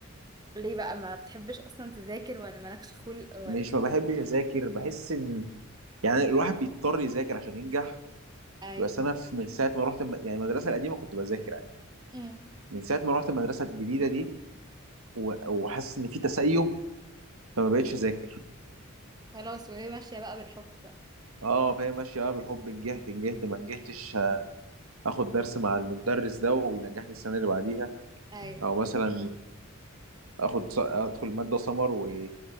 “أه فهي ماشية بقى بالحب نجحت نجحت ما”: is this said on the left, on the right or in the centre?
Right